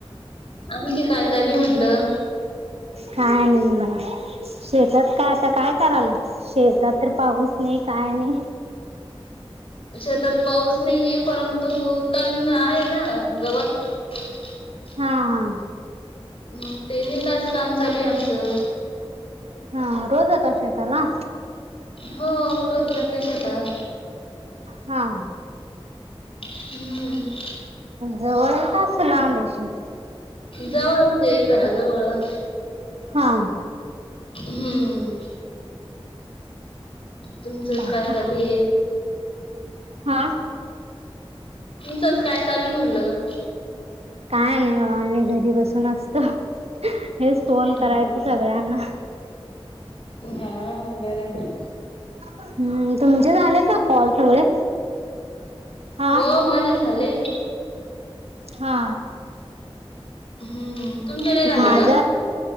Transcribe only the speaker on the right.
काय नाही ब शेतात काय आता काय करायला. शेतात तर पाऊस नाही काय नाही.
हा हा.
ह रोज जाता शेताला.
हा.
जवळेत असला लांब आहे शेत.
हा.
बाकी
हा.
काय नाही बाबा मी घरी बसून असतो हेच फोन
करायच
सगळ्यांना.
हम्म तुमचे झाले का कॉल सगळे. हा
हा.
माझा